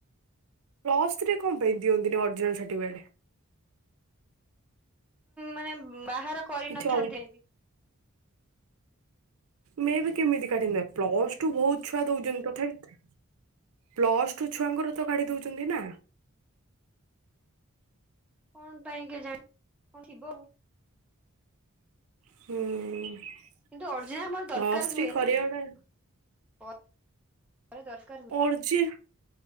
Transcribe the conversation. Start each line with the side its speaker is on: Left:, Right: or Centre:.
Right: ପ୍ଲ ଥ୍ରୀରେ କଣ ପାଇଁ ଦିଅନ୍ତିି ନି ଅରିଜିନାଲ୍ ସାର୍ଟିଫିକେଟ।
Centre: ମାନେ ବାହାର କରିନଥାନ୍ତେ
Right: କିଛି ଅଲ
Centre: ବି।
Right: ମେବି କେମିତି କାଟିବ ପ୍ଲସ ଟୁ ବହୁତ ଛୁଆ ଦଉଛନ୍ତି ତଥାପି ପ୍ଲସ ଟୁ ଛୁଆଙ୍କର ତ କାଢି ଦଉଛନ୍ତି ନା।
Centre: କଣ ପାଇଁ କେ ଜାଣି, କଣ ଥିବ ଆଉ।
Right: ହୁଁ
Centre: କିନ୍ତୁ ଓରିଗିନାଲ ଆମର ଦରକାର
Right: ପ୍ଲସ ଥ୍ରୀ
Centre: ହୁଏ
Right: କରିବା
Centre: ନା,
Right: ଗୋଟେ
Centre: ପରେ ଦରକାର ହୁଏ।
Right: ପର୍ ଯେ,